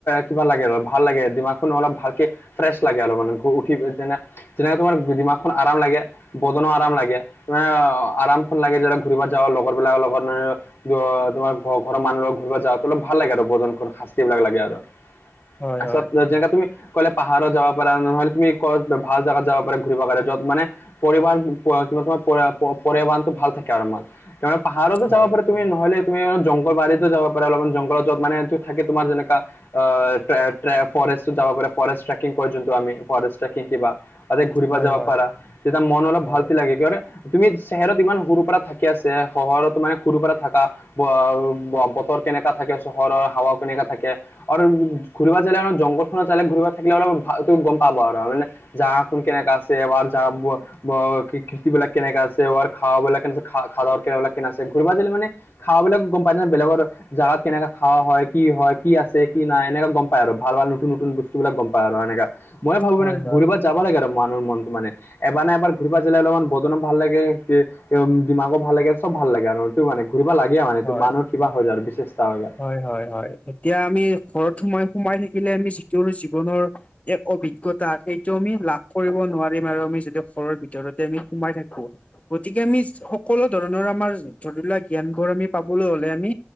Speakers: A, on the left (about 60°); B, on the left (about 30°).
A: কিবা লাগে আৰু ভাল লাগে দিমাখখন অলপ ভালকে', ফ্ৰেছ লাগে অলপ মানে, শুই উঠি যেনে যেনেকা তোমাৰ দিমাখখন আৰাম লাগে', বদনও আৰাম লাগে, তেনেকা আ', -আৰামখন লাগে যে না', ঘূৰিব যাওঁ লগৰবিলাকৰ লগত মান', অহ', তোমাৰ ঘৰ', - ঘৰৰ মানুহ লগৰ ঘূৰিব যাওঁ, অলপ ভাল লাগে আৰু বদনখন শাস্তি বিলাক লাগে আৰু', -
B: হয়
A: তাৰপিছত
B: হয়
A: যেনে তুমি ক'লে', পাহাৰত যাব পাৰা নহ'লে তুমি ক'ত ভাল জাগাত যাব পাৰা ঘূৰিব পাৰা য'ত মানে', পৰিবাণ কি তোমাৰ পৰা', -প', -পৰি', - পৰিবাণটো ভাল থাকে আৰু মা', -মানে পাহাৰত', যাব
B: হয়
A: পাৰে তুমি নহ'লে, তুমি জংঘল বাৰীতো যাব পাৰা অলপমান জংলত যত মানে থাকে তোমাৰ যেনেকা', অহ', ট্ৰে', -ট্ৰে', ফৰেষ্টত যাব পাৰে ফৰেষ্ট ট্ৰেকিং কয় যোনটো আমি, ফৰেষ্ট ট্ৰেকিং কিবা', তাতে ঘূৰিব
B: হয়
A: যাব
B: হয় হয়
A: পাৰা, তেতিয়া মন
B: হয়
A: অলপ ভালছে লাগে কিয় ন', তুমি চেহেৰত ইমান সৰুৰ পৰা থাকি আছে হহৰত', ত', মানে সৰুৰ পৰা থাকা ব', -ব', - বতৰ কেনেকা থাকে চহৰৰ হাৱা কেনেকা থাকে? আৰু ঘূ', - ঘূৰিব জালে জংঘল খনৰ জালে ঘূৰিবা থাকে আৰু ভালকে গম পাব আৰু মানে', জাগাখন কেনেকা আছে, আৰু যাব? ব', খে', -খে', -খেততিবলাক কেনেকে আছে উহাৰ খাৱা বিলাক কেনে আছে খা', -খা', -খাৱা বিলাক কেনে আছে ঘূৰবা দিলে মানে', খাৱা বিলাক গম পাছে নহয় বেলেগৰ দৰে', জাগাত কেনেকে খাৱা হয়, কি হয়, কি আছে, কি নাই, এনেকা গম পায় আৰু ভাল', - ভাল, নতুন', - নতুন, বস্তু', সিবিলাক গম পায় আৰু এনেকা, মই ভাবোঁ
B: হয়
A: মানে
B: হয়
A: ঘূৰিব যাব লাগে আৰু মানুহ মনটো মানে', এবাৰ না', এবাৰ ঘূৰিব জালে অলপমান বদনো ভাল লাগে, হে', -উম', দিমাগো ভাল লাগে', চব ভাল লাগে আৰু হেতু মানে ঘূৰিব লাগে মানে
B: হয়
A: তো', মানুহৰ কিবা যায় আৰু বিশচেষ্টা হৈ যায়',
B: হয়', - হয়', - হয়', এতিয়া আমি ঘৰত সোমাই, -সোমাই থাকিলে আমি যিটো জীৱনৰ', এক অভিজ্ঞতা, সেইটো আমি লাভ কৰিব নোৱাৰিম আৰু আমি যদি ঘৰৰ ভিতৰতে আমি সোমাই থাকোঁ', গতিকে আমি সকলো ধৰণৰ আমাৰ ধৰিলোৱা জ্ঞানবোৰ আমি পাবলৈ হ'লে আমি